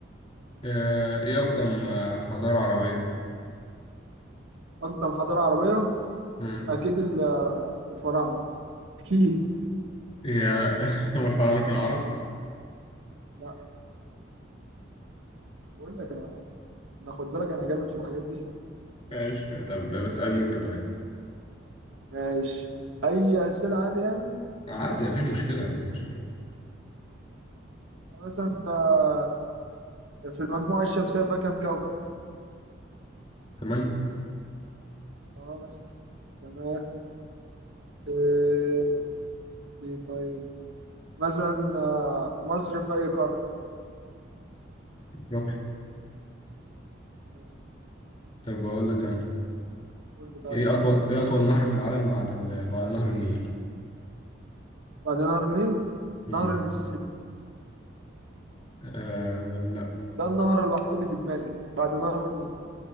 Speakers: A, on the left; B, on the right.
A: آه، ايه أقدم آه، حضارة عربية؟
B: أقدم حضارة عربية
A: مم.
B: أكيد ال- الفراعنة أكيد
A: هي <laughs> هم الفراعنة كانوا عرب؟
B: لا بقول لك أنا أنا خد بالك أنا جامد في الحاجات دي
A: ماشي طب ده بسألني انت طيب
B: ماشي أي أسئلة عادي يعني
A: عادي مفيش مشكلة يعني مشكلة
B: يعني مثلا آه، في المجموعة الشمسية فيها كام كوكب؟
A: كمان
B: أه مثلا تمام إيه إيه طيب مثلا آه، مصر في أي قارة؟
A: رقي
B: بس
A: طب بقول لك انا
B: قول لي طيب
A: ايه اطول ايه اطول نهر في العالم بعد ال... بعد نهر النيل
B: بعد نهر النيل نهر
A: امم
B: المسيسيبي
A: آه... لا
B: ده النهر الوحيد اللي في دماغي بعد نهر النيل